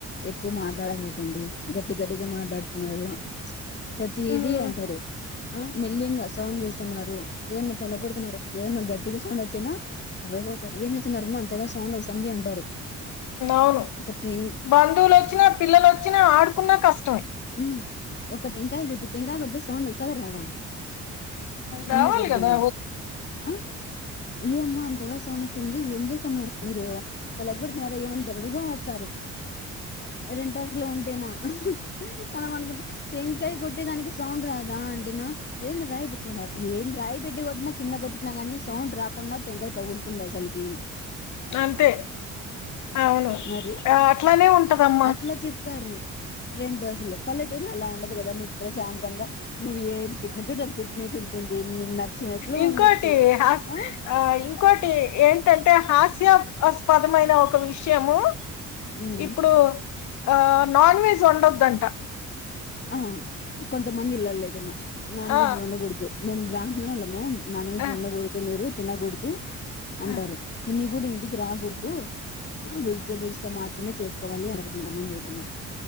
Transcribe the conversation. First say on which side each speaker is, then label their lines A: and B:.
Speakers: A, on the left; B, on the left.
A: ఎక్కువ మాట్లాడ కాకండి గట్టి గట్టిగా మాట్లాడుతున్నారు ప్రతీది
B: ఉమ్
A: అంటారు ఆ మిల్లింగా సౌండ్ చేస్తున్నారు ఏదన్నా పొలగ కొడుతున్నారు ఏదన్నా గట్టిగా సౌండ్ వచ్చినావ్వపోతారు ఏచ్చన్నారుారమో అంతగా సౌండ్ వస్తుంది అంటారు
B: అవును
A: ఒక టెంగ్
B: బంధువులు వచ్చినా పిల్లలు వచ్చినా ఆడుకున్నా కష్టమే
A: ఉమ్ ఒక టెంకాయ కొట్టు టెంకాయ కొడితే సౌండ్ వస్తదా రాదా కింద
B: రావాలి
A: కొడదేనా
B: కదా
A: ఆ ఏయమ్మా అంతగా సౌండ్ వస్తుంది, ఏం చేస్తున్నారు మీరు పల పెడుతున్నారు ఏమంది దబ్బలు బాగా వస్తారు రెంటస్లు ఉంటేనా మనం అనుకుంట టెంకాయ కొట్ కొట్టే దానికి సౌండ్ రాదా అంటినా, ఏదైనా రాయి పెట్టు ఏం రాయి పెట్టి కొట్టినా కింద కొట్టినా గానీ సౌండ్ రాకుండా టంకాయి పగులుతుందా అసలకి
B: అంతే అవును
A: మరి
B: ఆ అట్లానే ఉంటదమ్మా
A: అట్లా చెప్తారు రెండు రోజులు పల్లెటూర్లో అలా ఉండదు కదా నీవు ప్రశాంతంగా నువ్వు ఏ పెట్టిన చోట అది పెట్టినట్టు ఉంటుంది నను నచ్చినట్లు
B: ఇంకోటి
A: ఉండొచ్చు
B: హాస్
A: ఆ
B: ఇంకోటి ఏంటంటే హాస్యాస్పదమైన ఒక విషయము
A: ఉమ్
B: ఇప్పుడు ఆ నాన్ వెజ్ ఒండొద్ అంట
A: అ కొంత మంది ఇళ్లలో ఏదైనా నాన్ వెజ్
B: ఆ
A: వండకుడదు మేమ్ బ్రాహ్నోళ్ళము నాన్వేజ్
B: ఆ,
A: వండకూడదు మీరు తిన గుడుజు అంటారు
B: ఆ,
A: తిని గుడ్ ఇంటికి రాకూడ్దు ఆ వెజిటబుల్స్ తో మాత్రమే చేస్ <unintelligible> కొంతమంది అయితేనా